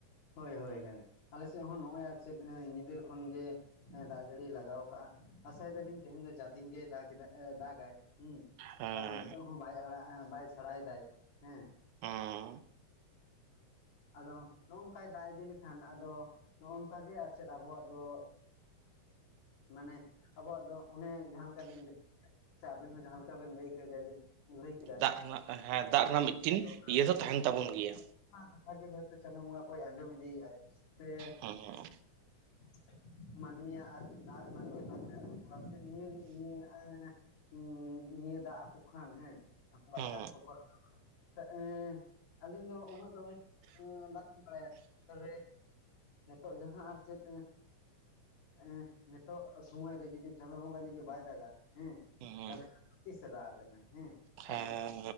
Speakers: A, on the left; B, on the right.
A: ᱦᱳᱭ ᱦᱳᱭ ᱦᱳᱭ ᱟᱞᱮ ᱥᱮᱫ ᱦᱚᱸ ᱱᱚᱜᱼᱚᱭ ᱟᱨ ᱪᱮᱫ ᱧᱤᱫᱟᱹ ᱠᱷᱚᱱ ᱜᱮ ᱦᱮᱸ ᱫᱟᱜ ᱡᱟᱹᱲᱤᱭ ᱞᱟᱜᱟᱣ ᱠᱟᱜᱼᱟ ᱟᱥᱟᱭ ᱫᱟᱞᱤᱧ ᱛᱮᱦᱮᱧ ᱫᱚ ᱡᱟ ᱫᱤᱱ ᱜᱮᱭ ᱫᱟᱜ ᱫᱟᱜ ᱟᱭ ᱦᱮᱸ
B: ᱦᱮᱸ
A: ᱠᱟᱨᱚᱱ ᱱᱤᱛᱚᱜ ᱦᱚᱸ ᱵᱟᱭ ᱟᱲᱟᱜ ᱵᱟᱭ ᱥᱟᱲᱟᱭ ᱫᱟᱭ ᱦᱮᱸ
B: ᱦᱩᱸ
A: ᱟᱫᱚ ᱱᱚᱜᱚᱝᱠᱟᱭ ᱫᱟᱜ ᱤᱫᱤ ᱞᱮᱠᱷᱟᱱ ᱟᱫᱚ ᱱᱚᱝᱠᱟ ᱜᱮ ᱟᱨ ᱪᱮᱫ ᱟᱵᱚᱣᱟᱜ ᱫᱚ ᱢᱟᱱᱮ ᱟᱵᱚᱣᱟᱜ ᱫᱚ ᱚᱱᱮ ᱡᱟᱦᱟᱸ ᱞᱮᱠᱟ ᱞᱤᱧ ᱞᱟᱹᱭ ᱥᱮ ᱟᱵᱮᱱ ᱦᱚᱸ ᱡᱟᱦᱟᱸ ᱞᱮᱠᱟ ᱵᱮᱱ ᱞᱟᱹᱭ ᱠᱮᱫᱼᱟ ᱡᱟ ᱡᱮ ᱞᱟᱹᱭ ᱠᱮᱫᱟ
B: ᱫᱟᱜ ᱨᱮᱱᱟᱜ ᱦᱮᱸ ᱫᱟᱜ ᱨᱮᱱᱟᱜ ᱢᱤᱫᱴᱤᱱ
A: ᱫᱚᱨᱠᱟᱨ
B: ᱤᱭᱟᱹ
A: ᱢᱮᱱᱟᱜ
B: ᱦᱚ ᱛᱟᱦᱮᱱ ᱛᱟᱵᱚᱱ ᱜᱮᱭᱟ᱾
A: ᱚᱱᱟ ᱠᱟᱛᱷᱟᱜ ᱜᱮ ᱦᱚᱭᱛᱳ ᱪᱟᱸᱫᱳ ᱵᱚᱸᱜᱟ ᱠᱚᱭ ᱟᱸᱡᱚᱢ ᱤᱫᱤᱭᱮᱫ ᱟᱭ ᱥᱮ
B: ᱦᱮᱸ
A: <unintelligible> ᱢᱟᱹᱱᱢᱤ ᱭᱟᱜ ᱟᱨᱠᱮᱫ ᱫᱟᱜ ᱨᱮᱱᱟᱜ ᱫᱚᱨᱠᱟᱨ ᱢᱮᱱᱟᱜ ᱛᱟᱠᱚᱣᱟ ᱥᱮ ᱱᱤᱭᱟᱹᱜᱮ ᱱᱤᱭᱟᱹ ᱦᱩ ᱱᱤᱭᱟᱹ ᱫᱟᱜ ᱟᱠᱚ ᱠᱷᱟᱱ ᱦᱮᱸ ᱟᱠᱚᱣᱟᱜ
B: ᱦᱮᱸ
A: ᱪᱟᱥ ᱠᱚᱠᱚ ᱨᱟᱠᱟᱫᱟ ᱟᱹᱞᱤᱧ ᱫᱚ ᱩᱱᱟᱹᱜ ᱫᱚ ᱦᱚᱭᱛᱳ ᱫᱟᱜ ᱵᱟᱲᱟᱭᱟ ᱛᱚᱵᱮ ᱱᱤᱛᱚᱜ ᱡᱟᱦᱟᱸ ᱟᱨ ᱪᱮᱫ ᱮ ᱱᱤᱛᱚᱜ ᱥᱚᱢᱚᱭ ᱨᱮ ᱡᱩᱫᱤ ᱪᱟᱸᱫᱳ ᱵᱚᱸᱜᱟ ᱡᱩᱫᱤ ᱵᱟᱭ ᱫᱟᱜᱟ ᱦᱮᱸ
B: ᱦᱮᱸ
A: ᱛᱟᱦᱚᱞᱮ ᱛᱤᱥᱮ ᱫᱟᱜ ᱟᱵᱮᱱᱟ ᱦᱮᱸ
B: ᱦᱮᱸ
A: ᱟᱨ ᱱᱤᱛᱚᱜ